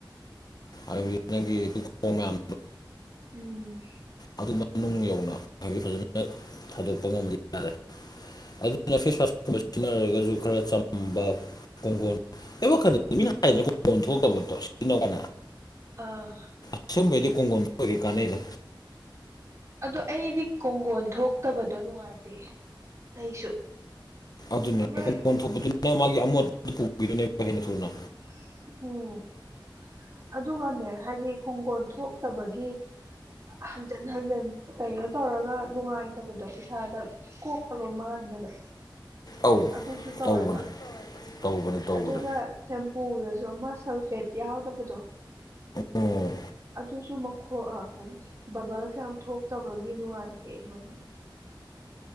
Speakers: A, on the left (about 50°); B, on the right (about 35°).
A: ꯍꯥꯏꯕꯗꯤ ꯅꯪꯒꯤ ꯈꯣꯡꯌꯥꯝ
B: ꯎꯝ
A: ꯑꯗꯨ ꯃꯅꯨꯡ ꯌꯧꯅ ꯍꯥꯏꯗꯤ ꯐꯖꯅ ꯊꯥꯗꯣꯛꯄ ꯉꯝꯕꯗꯤ ꯌꯥꯔꯦ ꯑꯗꯨꯅ ꯐꯦꯁ ꯋꯥꯁꯀꯨꯝꯕ ꯁꯤꯖꯤꯟꯅꯔꯒꯁꯨ ꯈꯔ ꯆꯝꯕ ꯈꯣꯡꯒꯣꯟ ꯀꯟꯗ ꯃꯤꯅ ꯍꯥꯏꯗ꯭ꯔ ꯈꯣꯡꯒꯣꯟ ꯊꯣꯛꯇꯕꯗꯣ ꯁꯤꯅ ꯀ
B: ꯑꯥ
A: ꯑꯁꯨꯝꯕꯩꯗꯤ ꯀꯣꯡꯒꯣꯝꯣꯏꯒꯦ ꯀꯥꯟꯅꯩꯔ
B: ꯑꯣ ꯑꯩꯗꯤ ꯀꯣꯡꯒꯣꯟ ꯊꯣꯛꯇꯕꯗꯣ ꯅꯨꯡꯉꯥꯏꯇꯦ ꯑꯩꯁꯨ
A: ꯑꯗꯨꯅꯦ
B: ꯑꯃ
A: ꯀ ꯂꯣꯟ ꯊꯣꯛꯄꯗꯨꯅ ꯃꯥꯒꯤ ꯑꯃꯣꯠꯄꯗꯨ ꯄꯨꯗꯨꯣꯏꯅꯦꯕ ꯍꯦꯟꯅ ꯊꯨꯅ
B: ꯑꯣ ꯑꯗꯨꯒꯅꯦ ꯍꯥꯏꯗꯤ ꯈꯨꯡꯒꯣꯣꯟ ꯊꯣꯛꯇꯕꯒꯤ ꯍꯟꯖꯟ ꯍꯟꯖꯤꯟ ꯀꯩꯅꯣ ꯇꯧꯔꯒ ꯅꯨꯡꯉꯥꯏꯇꯕꯗꯣ ꯏꯁꯥꯗ ꯀꯣꯛꯑꯕ ꯃꯥꯟꯕꯗꯣ
A: ꯑꯧ
B: ꯑꯗꯨꯁꯨ ꯇꯧꯋꯦꯕ
A: ꯇꯧꯕꯅꯦ ꯇꯧꯕꯅꯦ ꯇꯧꯕꯅꯦ
B: ꯑꯗꯨꯒ ꯁꯦꯝꯄꯨꯗꯁꯨ ꯑꯃ ꯁꯜꯐꯦꯠ ꯌꯥꯎꯗꯕꯗꯣ
A: ꯑꯣ
B: ꯑꯗꯨꯁꯨ ꯃꯈꯣꯛ ꯀꯔꯤ ꯕꯕꯜꯁ ꯌꯥꯝ ꯊꯣꯛꯇꯕꯒꯤ ꯅꯨꯡꯉꯥꯏꯇꯦ ꯑꯩꯉꯣꯟꯗ